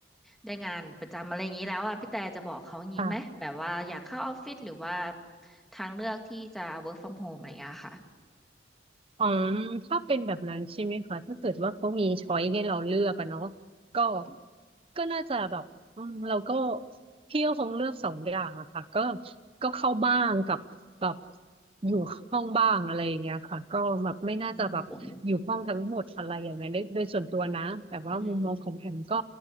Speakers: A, in the centre; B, on the right.
A: ได้งานประจำอะไรอย่างนี้แล้วอะพี่แต่จะบอกเขาอย่างนี้ไหมแบบว่าอยากเข้าออฟฟิศหรือว่า
B: ค่ะ
A: ทางเลือกที่จะ work from home อะไรอย่างเงี้ยค่ะ
B: อ๋อถ้าเป็นแบบนั้นใช่ไหมคะถ้าเกิดว่าเขามีช้อยให้เราเลือกอะเนาะก็ก็น่าจะแบบอืมเราก็พี่ก็คงเลือกสองอย่างอะค่ะก็ก็เข้าบ้างกับแบบอยู่ห้องบ้างอะไรอย่างเงี้ยค่ะก็แบบไม่น่าจะแบบอยู่ห้องทั้งหมดอะไรอย่างเงี้ยโดยโดยส่วนตัวนะแต่ว่ามุมมองของแอมก็
A: อืมอืม